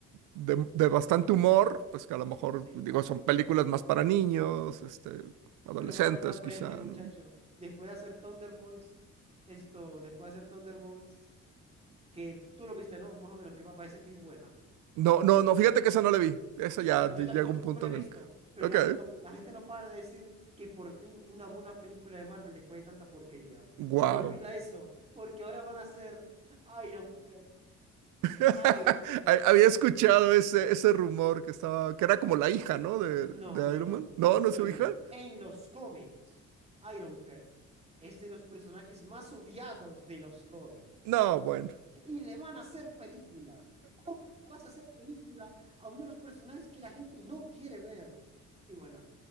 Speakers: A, on the right (about 85°); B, on the right (about 20°).
A: de bastante humor, pues que a lo mejor,
B: sí,
A: digo,
B: lastimosamente.
A: son películas más para niños, este, adolescentes
B: Pero Marvel no aprende,
A: quizá,
B: muchacho.
A: ¿no?
B: Después de hacer Thunderbolts, esto, después de hacer Thunderbolts, que tú lo viste, ¿no? Más o menos, que pa- parece que es buena.
A: No, no, no, fíjate que esa no la vi. Esa ya
B: Bueno,
A: de-
B: yo, tam-
A: llega
B: yo
A: un
B: tampoco
A: punto
B: la
A: en
B: he visto,
A: el... que-
B: pero
A: Ok,
B: la gente, no, la gente no para de decir que por fin una buena película de Marvel después de tanta porquería.
A: wow.
B: Pero olvida eso, porque ahora van a hacer Ironheart.
A: <laughs>
B: Ironheart.
A: Había escuchado ese, ese rumor que estaba, que era como la hija, ¿no? De,
B: No,
A: de
B: no,
A: Iron
B: no.
A: Man. No,
B: Escúchame
A: no es su
B: bien.
A: hija.
B: En los cómics, Ironheart es de los personajes más odiados de los cómics.
A: No, bueno.
B: Y le van a hacer película. ¿Cómo vas a hacer película a uno de los personajes que la gente no quiere ver? Y bueno,